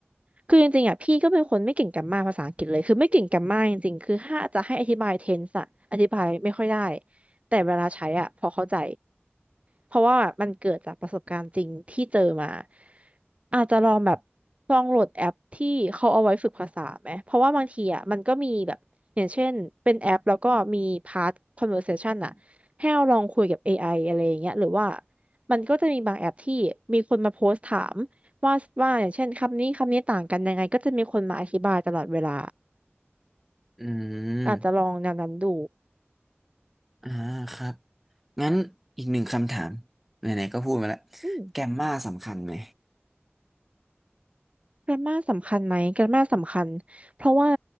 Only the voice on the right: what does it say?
คือจริงๆอ่ะพี่ก็เป็นคนไม่เก่งแกรมมาภาษาอังกฤษเลยคือไม่เก่งแกรมมาจริงๆคือถ้าจะให้อธิบายเทนส์อะอธิบายไม่ค่อยได้แต่เวลาใช้อ่ะพอเข้าใจ เพราะว่ามันเกิดจากประสบการณ์จริงที่เจอมาอาจจะลองแบบลองโหลดแอปที่เขาเอาไว้ฝึกภาษาไหมเพราะว่าบางทีอ่ะมันก็มีแบบอย่างเช่นเป็นแอปแล้วก็มีพาร์ท conversation อ่ะให้เราลองคุยกับ AI อไออะไรอย่างเงี้ยหรือว่ามันก็จะมีบางแอปที่มีคนมาโพสต์ถามว่าว่าอย่างเช่นคำนี้คำนี้ต่างกันยังไงก็จะมีคนมาอธิบายตลอดเวลา
อาจจะลองแนวนั้นดู
อืม
แกรมมาสำคัญไหมแกรมมาสำคัญเพราะว่า